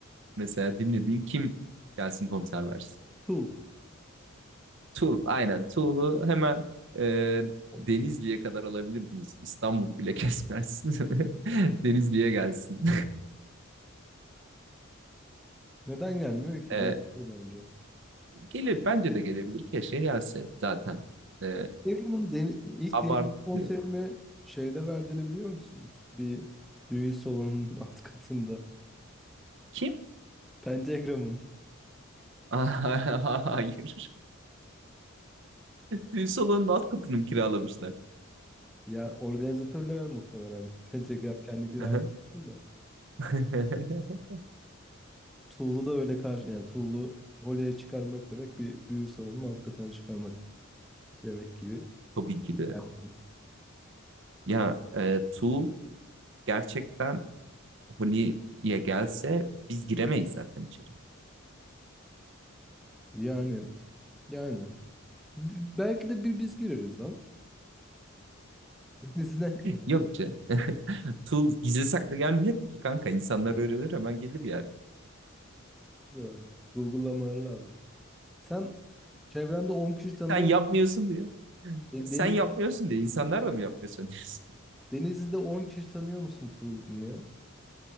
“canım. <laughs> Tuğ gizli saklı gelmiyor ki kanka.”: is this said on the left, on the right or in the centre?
Right